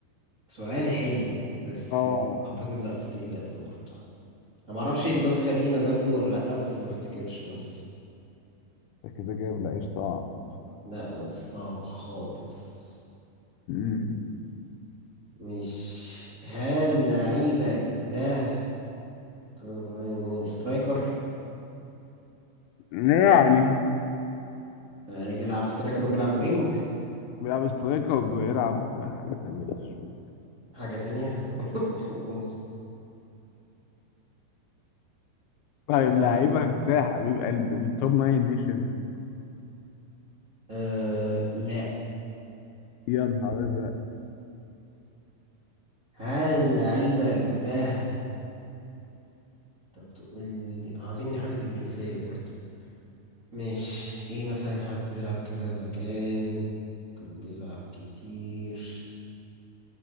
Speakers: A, on the right (about 30°); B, on the left (about 85°).
A: سؤال حلو بس
B: اه
A: اعتقد لا ستيل لا برضه انا ما اعرفش النسخه دي نزل له ولا لا بس ما افتكرش بس
B: ده كده جايب لعيب صعب
A: لا مش صعب خالص
B: مم.
A: مش هل لعيبك ده طب ما يعني سترايكر
B: يعني
A: يعني بيلعب سترايكر وبيلعب وينج
B: بيلعب سترايكر بيلعب حاجة تانية بس شوية
A: حاجة تانية <laughs>
B: طيب
A: آه.
B: لعيبك ده حبيب قلبي من التوب ناين نيشن
A: آه. لا
B: يا نهار ازرق
A: هل لعيبك ده انت بتقول لي عايزين نحدد الجنسية برضه مش ايه مثلا حد بيلعب كذا مكان كان بيلعب كتير